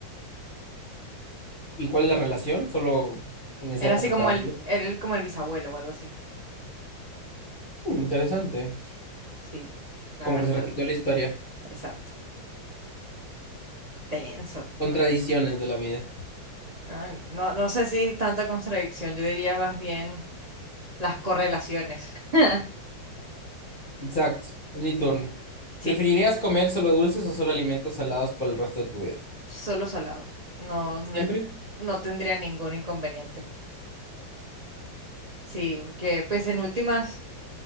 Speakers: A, on the left; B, on the right.
A: ¿Y cuál es la relación? Solo en esa
B: Era
A: época
B: así como
A: estaba
B: el,
A: vivo.
B: era el- como el bisabuelo o algo así.
A: Mm, interesante.
B: Sí, la
A: Como
B: verdad,
A: que se repitió la historia.
B: exacto. Tenso.
A: Contradicciones de la vida.
B: Ay, no, no sé si tanta contradicción, yo diría más bien las correlaciones. <laughs>
A: Exacto, es mi turno.
B: Sí,
A: ¿Preferirías comer solo dulces o solo alimentos salados por el resto de tu vida?
B: solo salado. No me,
A: ¿Siempre?
B: no tendría ningún inconveniente. Sí, porque pues en últimas